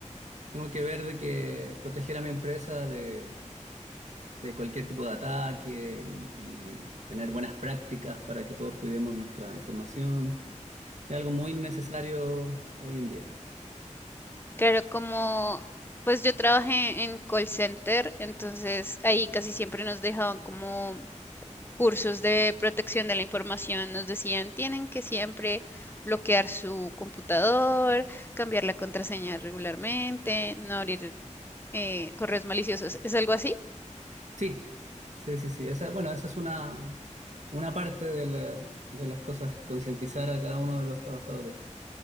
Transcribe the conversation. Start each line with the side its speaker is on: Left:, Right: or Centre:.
Right: tengo que ver de que proteger a mi empresa de, de cualquier tipo de ataque y, y tener buenas prácticas para que todos cuidemos nuestra información. Es algo muy necesario hoy en día.
Left: claro, como pues yo trabajé en call center, entonces ahí casi siempre nos dejaban como cursos de protección de la información, nos decían, tienen que siempre bloquear su computador, cambiar la contraseña regularmente, no abrir eh, correos maliciosos, ¿es algo así?
Right: Sí, sí, sí, sí. Esa, bueno, esa es una, una parte de la- de las cosas, concientizar a cada uno de los trabajadores.